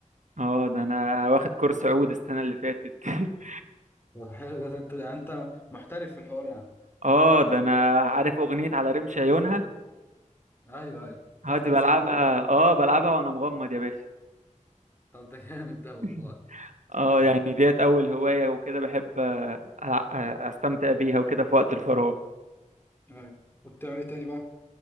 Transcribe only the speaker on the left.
طب حلو ده انت انت محترف في الحوار يعني
ايوه ايوه بتعرف
تعزفها
طب ده جامد ده والله
<laughs>
أيوة. وبتعمل ايه تاني بقى؟